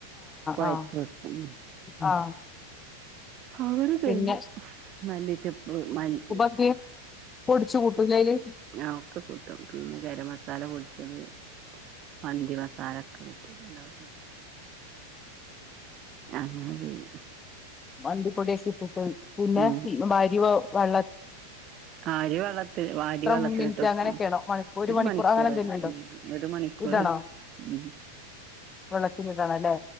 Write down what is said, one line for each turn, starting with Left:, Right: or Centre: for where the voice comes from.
Right: കാെയച്ച്
Left: ആ ആ
Right: വെക്കും
Left: ആ
Right: അവര് ചെയ്യും
Left: പിന്നെ
Right: മല്ലിച്ചെപ്പ് മല്ലി
Left: <unintelligible> പൊട്ച്ച് കൂട്ടൂലെയ്ല്
Right: ആ ഒക്കെ കൂട്ടും പിന്നെ ഗരം മസാല പൊടിച്ചത് മന്തി മസാല ഒക്കെ കൂട്ടിട്ടുണ്ടാകും അങ്ങനെ ചെയ്യും
Left: മന്തിപ്പൊടി ഒക്കെ ഇട്ടിട്ട് പിന്നെ
Right: ഉം
Left: ന <unintelligible> മ്മെ അരി വെ വള്ള
Right: ആരി വെള്ളത്തി വാരി വെള്ളത്തിലിട്ടു
Left: മിനിറ്റ്
Right: വെക്കും
Left: അങ്ങനെയൊക്കെയാണോ മണി
Right: ഒരു മണിക്കൂർ
Left: അങ്ങനെ എന്തെങ്കിലും ഉണ്ടോ
Right: ഉം ഒരു മണിക്കൂർ
Left: ഇടണോ
Right: ഉം
Left: വെള്ളത്തിലിടണം അല്ലേ